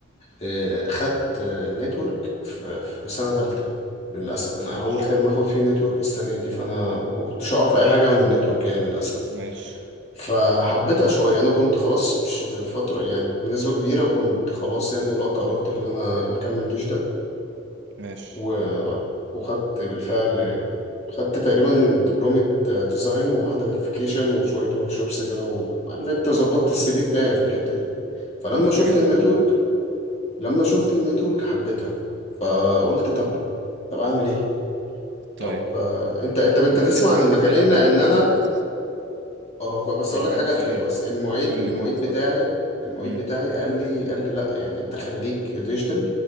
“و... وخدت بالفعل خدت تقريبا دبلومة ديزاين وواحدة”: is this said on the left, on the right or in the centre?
Left